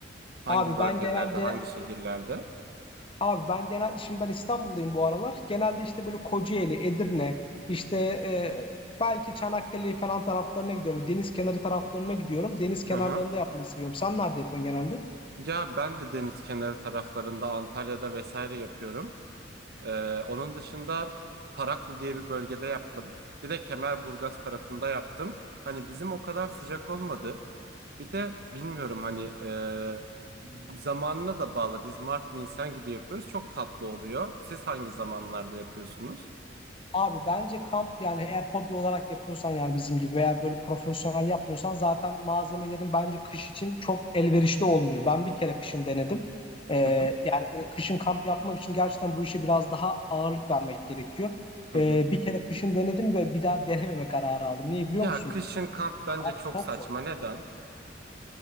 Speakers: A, on the right (about 55°); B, on the left (about 30°).
A: Hangi
B: Abi
A: bölgelerde,
B: ben genelde
A: hangi şehirlerde?
B: abi ben genel şimdi ben İstanbul'dayım bu aralar. Genelde işte böyle Kocaeli, Edirne, işte e, belki Çanakkale falan taraflarına gidiyorum. Deniz kenarı taraflarına gidiyorum. Deniz kenarlarında
A: Hı hı.
B: yapmayı seviyorum. Sen nerede yapıyorsun genelde?
A: Ya ben de deniz kenarı taraflarında Antalya'da vesaire yapıyorum. Ee, onun dışında Taraklı diye bir bölgede yaptım. Bir de Kemerburgaz tarafında yaptım. Hani bizim o kadar sıcak olmadı. Bir de bilmiyorum hani e, zamanına da bağlı. Biz Mart, Nisan gibi yapıyoruz. Çok tatlı oluyor. Siz hangi zamanlarda yapıyorsunuz?
B: Abi bence kamp yani eğer hobi olarak yapıyorsan yani bizim gibi veya böyle profesyonel yapmıyorsan zaten malzemelerin bence kış için çok elverişli olmuyor. Ben bir kere kışın denedim. Ee,
A: Hı hı.
B: yani böyle kışın kamp yapmak için gerçekten bu işe biraz daha ağırlık vermek gerekiyor.
A: Hı
B: Ee,
A: hı.
B: bir kere kışın denedim ve bir daha denememe kararı aldım. Niye biliyor
A: Ya
B: musun?
A: kışın kamp bence
B: Abi
A: çok
B: çok
A: saçma.
B: zor.
A: Neden?